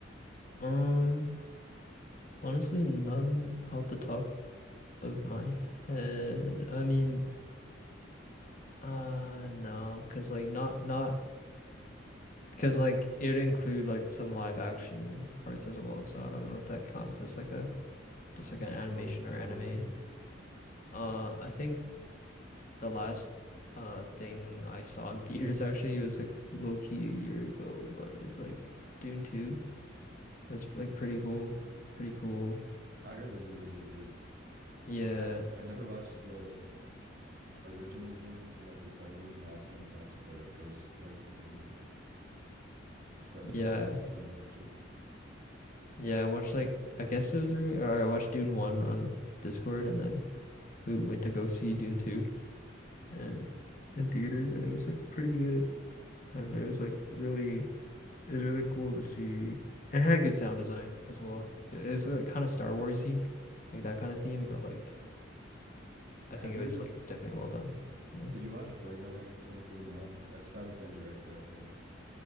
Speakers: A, on the left; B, on the right.
A: um, Honestly, none off the top of my head. I mean, uh no, cause like not not cause like it would include like some live action parts as well, so I don't know if that counts as like a just like an animation
B: What
A: or anime.
B: what would it be?
A: Uh I think the last uh thing I saw in theaters actually was like low key a year ago, but it's like Dune 2. It was like pretty cool. Pretty cool.
B: I heard those movies are good.
A: Yeah.
B: I haven't I never watched the original Dune from like the 70s and I also didn't watch the first like remake, but
A: Yeah.
B: my parents were telling me to watch it.
A: Yeah, I watched like I guess it was re- or I watched Dune 1 on Discord and then we went to go see Dune 2 and in theaters and it was like pretty good and it was like really it was really cool to see and it had good sound design as well. It was like kind of Star Warsy, like that kind of theme, but like I
B: Have
A: think it
B: you
A: was like definitely well done. Yeah.
B: did you watch Blade Runner 2049? That's by the same director, I think.